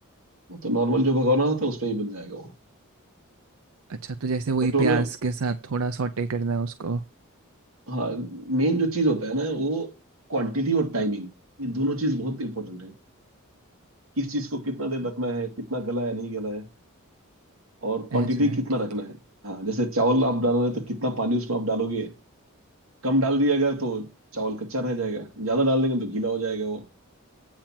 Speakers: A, on the right; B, on the right.
A: वो तो नॉर्मल जो भगोना होता है उसमें ही बन जाएगा वो
B: अच्छा, तो जैसे वही
A: बट वो
B: प्याज़
A: ना
B: के साथ थोड़ा सौटे करना है उसको,
A: हाँ मेन जो चीज होता है ना वो क्वांटिटी और टाइमिंग ये दोनों चीज बहुत इंपॉर्टेंट है किस चीज को कितना देर रखना है कितना गला है नहीं गला है और क्वांटिटी
B: ऐसा है,
A: कितना
B: ठीक
A: रखना
B: है।
A: है हाँ जैसे चावल आप डाल रहे हैं तो कितना पानी उसमें आप डालोगे कम डाल दिया अगर तो चावल कच्चा रह जाएगा ज्यादा डाल देंगे तो गीला हो जाएगा वो